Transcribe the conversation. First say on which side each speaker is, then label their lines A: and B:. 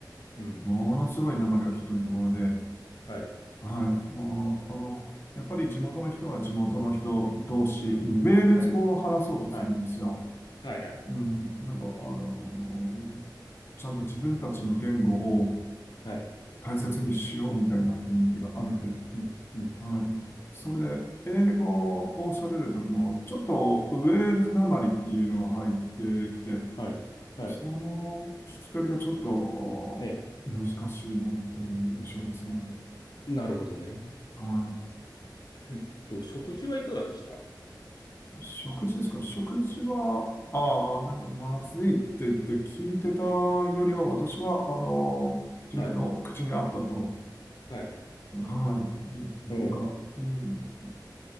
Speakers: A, on the left (about 65°); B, on the left (about 30°).
A: うん。
B: ものすごい訛りがひどいところで、
A: はい。
B: はい。もう、あの、やっぱり地元の人は地元の人同士、
A: うん。
B: ウェールズ語を話そうとするんですよ。
A: はい。はい。はいはい。
B: うん。なんか、あの、ちゃんと自分たちの言語を
A: はい。
B: 大切にしようみたいな雰囲気があって、
A: うん。うん。うん
B: はい。それで、英語を喋るときも、ちょっとウェールズ訛りっていうのが入ってきて、
A: はい。はい。
B: その聞き取りがちょっとあー難しいなっていう印象ですね。
A: ええ。なるほどね。
B: は
A: えっと、食事はいかがでしたい
B: い食事ですか食事は、ああ、なんかまずいって言って聞いてたよりは、私は、あの、自分の口に合ったと、
A: はい。はい。
B: はい、いういうか、
A: うん。
B: うん